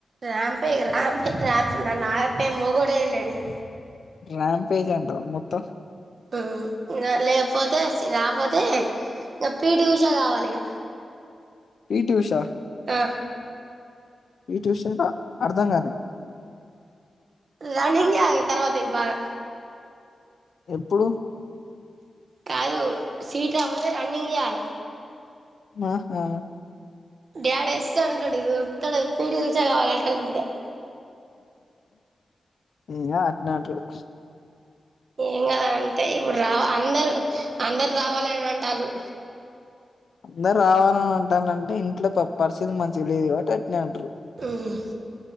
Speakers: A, on the right; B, on the left.
A: రాంపే ఇగ రాంపే రాంప్ నన్న ఆపే మొగోడే లేడిక
B: ర్యాంప్ ఏజ్ మొత్తం
A: ఉమ్ ఇంగ లేకపోతే రాపోతే ఇంకా పీటి ఉషా కావాలి ఇగ
B: పీటి ఉషా
A: ఆ
B: పి టి ఉష అర్థం కాలే
A: రన్నింగే ఆ తర్వాత బాగా
B: ఎప్పుడు
A: కాదు సీట్ రాకపోతే రన్నింగ్ చేయాలె
B: ఆహా
A: డాడీ ఏస్తాంటోడు ఇక ఉరుకుతాడు పి టి ఉష కావాలి <unintelligible>
B: ఈగ అట్ నే అంటాడు
A: ఇంకా అంటే ఇప్పుడు రా అందరు అందరు రావాలని అంటాళ్లు
B: అందరు రావాలని అంటాళ్ళంటే ఇంట్లో పరిస్థితి మంచిగ లేదు కాబట్టి అట్నే అంటారు
A: ఉం